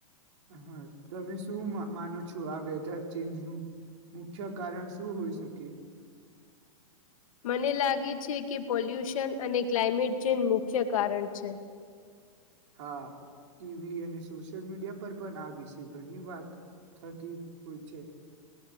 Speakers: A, on the right; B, on the left.
A: હા તમે શું મા માનો છો આ વેધર ચેન્જનું મુખ્ય કારણ શું હોઈ શકે
B: મને લાગે છે કે પોલ્યુશન અને ક્લાઇમેટ ચેન મુખ્ય કારણ છે
A: હા ટીવી અને સોશિયલ મીડિયા પર પન આ વિષે ઘની વાત થતી હોય છે